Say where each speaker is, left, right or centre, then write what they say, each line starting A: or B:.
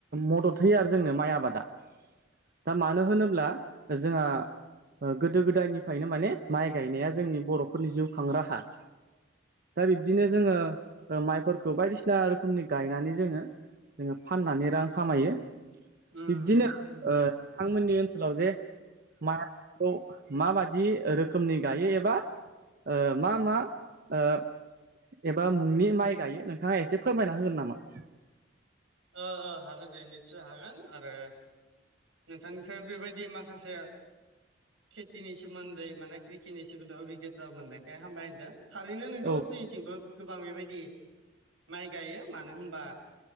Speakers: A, on the right; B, on the right.
A: मदद होयो आरो जोंनो माइ आबादा दा मानो होनोब्ला जोंहा ओ गोदो गोदायनिफ्रायनो माने माइ गायनाया जोंनि बर'फोरनि जिउखां राहा। दा बिब्दिनो जोङो ओ माइफोरखौ बायदिसिना रोखोमनि गायनानै जोङो जोङो फाननानै रां खामायो।
B: उम
A: बिब्दिनो ओ
B: उम
A: नोंथांमोननि ओनसोलाव जे माइ आबादखौ माबादि रोखोमनि गायो एबा ओ मा मा ओ एबा मुंनि माइ गायो नोंथाङा एसे फोरमायना होगोन नामा?
B: ओ हागोन दे निस्सय हागोन आरो नोंथांनिफ्राय बेबायदि माखासे खेथिनि सोमोन्दै माने खृषिनि सोमोन्दै अबिगथा मोननायखाय हामबाय होनदों। थारैनो नंगौ
A: औ
B: जोंनिथिंबो गोबां बेबायदि माइ गायो मानो होनबा